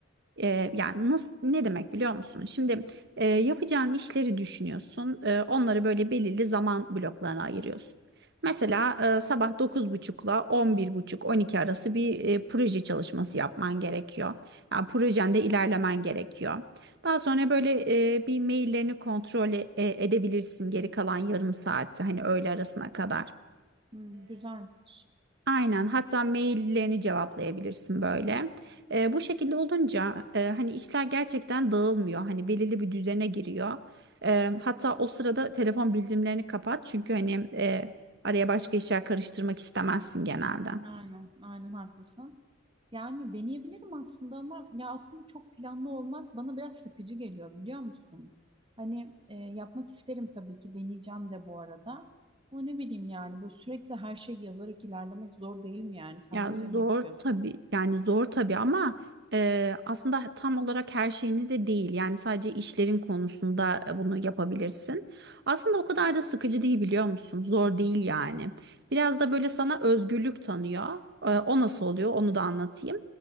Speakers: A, on the right (about 55°); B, on the right (about 25°).
A: Ee, yani nasıl ne demek biliyor musun? Şimdi e, yapacağın işleri düşünüyorsun. E, onları böyle belirli zaman bloklarına ayırıyorsun. Mesela e, sabah dokuz buçukla on bir buçuk 12 arası bir e, proje çalışması yapman gerekiyor. Yani projende ilerlemen gerekiyor. Daha sonra böyle e, bir maillerini kontrol e- edebilirsin geri kalan yarım saatte hani öğle arasına kadar.
B: Hmm, güzelmiş.
A: Aynen. Hatta maillerini cevaplayabilirsin böyle. Ee, bu şekilde olunca e, hani işler gerçekten dağılmıyor. Hani belirli bir düzene giriyor. Ee, hatta o sırada telefon bildirimlerini kapat. Çünkü hani e, araya başka işler karıştırmak istemezsin genelde.
B: Aynen, aynen haklısın. Yani deneyebilirim aslında ama ya aslında çok planlı olmak bana biraz sıkıcı geliyor biliyor musun? Hani e, yapmak isterim tabii ki deneyeceğim de bu arada. Ama ne bileyim yani böyle sürekli her şeyi yazarak ilerlemek zor değil mi yani? Sen
A: Ya
B: böyle
A: zor
B: mi yapıyorsun?
A: tabii yani zor tabii ama e, aslında tam olarak her şeyini de değil. Yani sadece işlerin konusunda bunu yapabilirsin. Aslında o kadar da sıkıcı değil biliyor musun? Zor değil yani. Biraz da böyle sana özgürlük tanıyor. E, o nasıl oluyor onu da anlatayım.